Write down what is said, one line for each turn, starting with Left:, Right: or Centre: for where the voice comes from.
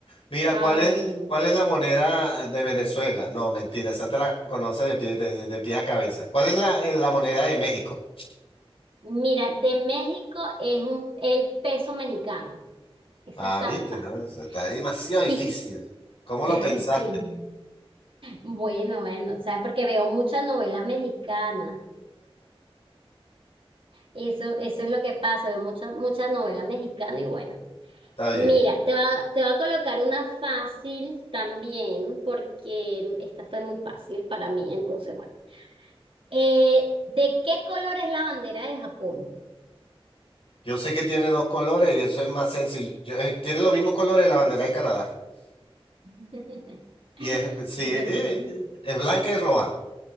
Left: Mira,
Right: Amén.
Left: ¿cuál es, cuál es la moneda de Venezuela? No, mentira, esa te la conoces de pie, de, de- de pies a cabeza. ¿Cuál es la, eh, la moneda de México?
Right: Mira, de México es un, el peso mexicano. Esa
Left: Ah,
Right: está
Left: viste,
Right: fácil.
Left: no, eso está demasiado difícil.
Right: Y que-
Left: ¿Cómo lo
Right: <laughs>
Left: pensaste?
Right: sí. Bueno, bueno, o sea, porque veo muchas novelas mexicanas. Eso, eso es lo que pasa, veo muchas, muchas novelas mexicanas y bueno.
Left: Está bien.
Right: Mira, te va, te va a colocar una fácil también, porque esta fue muy fácil para mí, entonces, bueno. Eh, ¿de qué color es la bandera de Japón?
Left: Yo sé que tiene dos colores y eso es más sencillo. Eh, Tiene los mismos colores de la bandera de Canadá.
Right: <laughs>
Left: Y es, sí,
Right: Dímelo, pues.
Left: es blanca y roja.